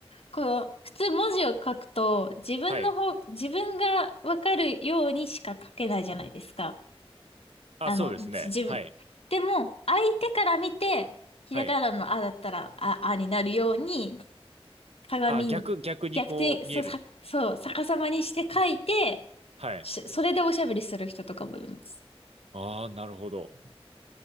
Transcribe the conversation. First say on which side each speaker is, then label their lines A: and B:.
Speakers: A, on the left (about 70°); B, on the right (about 80°).
A: こう、普通文字を書くと、自分の方、
B: はい。
A: 自分がわかるようにしか書けないじゃないですか。
B: あ、
A: あの、
B: そうですね。
A: じ自分。
B: はい。
A: でも、相手から見て、ひらがなのあだったら、
B: はい。
A: あ、あになるように、鏡、
B: あ、逆、逆にこう見える。
A: 逆転、そ、さ、そう、逆さまにして書いて、
B: はい。
A: しそれでおしゃべりする人とかもいます。
B: ああ、なるほど。